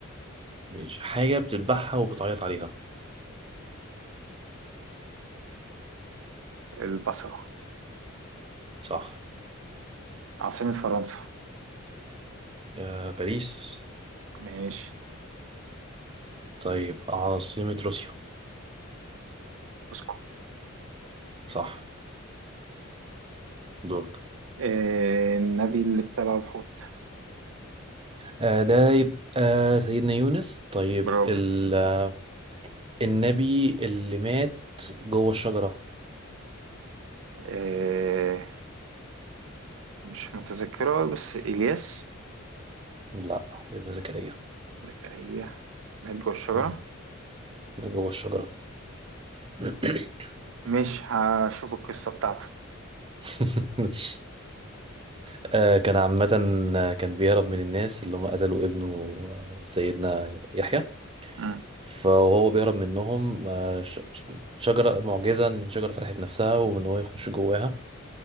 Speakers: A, on the right (about 25°); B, on the right (about 70°).
A: ماشي حاجه بتذبحها وبتعيط عليها
B: البصلة
A: صح
B: عاصمة فرنسا
A: أه باريس
B: ماشي
A: طيب عاصمه روسيا
B: موسكو
A: صح دورك
B: آه النبي اللي ابتلع الحوت
A: أه ده يبقى سيدنا يونس طيب
B: برافو
A: ال- آه، النبي اللي مات جوه الشجره
B: آه مش متذكرة بس إلياس
A: لا زيادة ذكرية
B: زكريا مات جوه الشجرة
A: مم. جوه الشجرة <coughs>
B: مش هشوف القصة بتاعته
A: <laughs> آه، كان عامة آه، كان بيهرب من الناس اللي هم قتلوا ابنه آه، سيدنا يحيى
B: مم.
A: فهو بيهرب منهم آه، ش- ش- شجرة معجزة إن الشجرة فتحت نفسها وإن هو يخش جواها